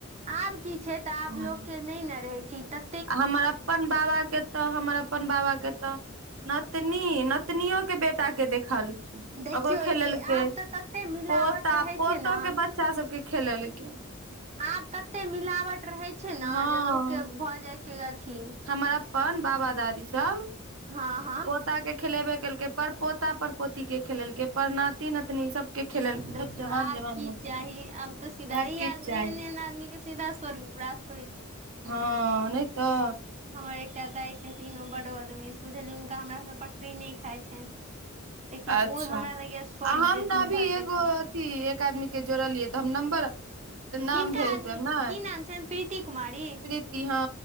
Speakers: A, on the right (about 35°); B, on the right (about 70°).
A: आब की छै तऽ आब
B: आ
A: लोक के नै न रहय छै त
B: हमर अप्पन बाबा के तऽ हमर अपन बाबा के तऽ नतनी नतनीयो के बेटा के देखल ओकरो
A: देखियौ
B: खेलैल
A: ई
B: के
A: आब तऽ तते मिलावट
B: पोता
A: रहै
B: पोतो
A: छै ने
B: के बच् चा सबके खेलैल कै
A: आब तत्ते मिलावट रहय छै नै
B: हँ
A: जे लोकके भऽ जाए छै अथी
B: हमर अप्पन बाबा दादी सब
A: हँ हँ
B: पोता के खेलेबे केलकै पर पोता पर पोती के खेलैल कै पर नाति, नातनी सबके खेलेलकै
A: देखियौ
B: सब जवान
A: आब
B: जवान
A: की
B: हो
A: चाही आब तऽ सीधा
B: आर
A: ई
B: किछु
A: आदमी
B: चाही
A: एहेन-एहेन आदमी के सीधा स्वर्ग प्राप्त होय छै।
B: हां नै तऽ
A: हमर एकटा दाय छथिन ओ बड बदमैश बुझलियै हुनका हमरा से पटरी नै खाए छैन। लेकिन
B: अच्छा
A: ओ हमरा लगय यै स्वर्ग
B: आ हम
A: जेथिन
B: ने अभी
A: बड
B: एगो
A: देखल
B: अथी एक आदमी के जोड़लियै तऽ हम नम्बर नाम
A: किनका
B: भेज
A: आदमी,
B: देब ने
A: की नाम छैन प्रीति कुमारी?
B: प्रीति हँ